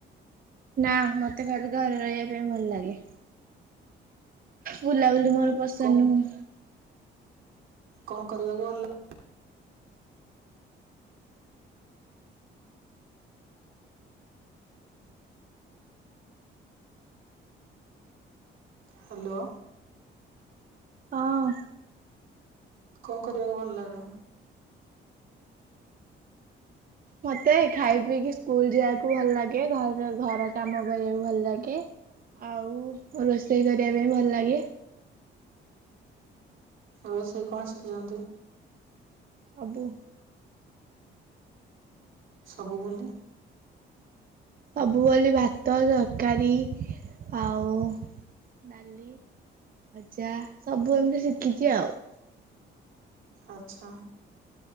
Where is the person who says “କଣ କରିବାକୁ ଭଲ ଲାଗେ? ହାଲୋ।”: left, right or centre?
Right